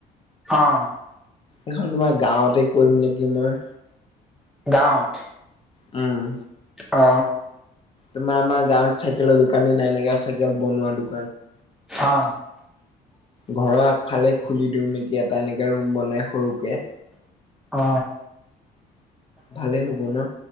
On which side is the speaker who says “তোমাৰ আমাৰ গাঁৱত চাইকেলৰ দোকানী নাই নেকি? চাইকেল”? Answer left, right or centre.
Left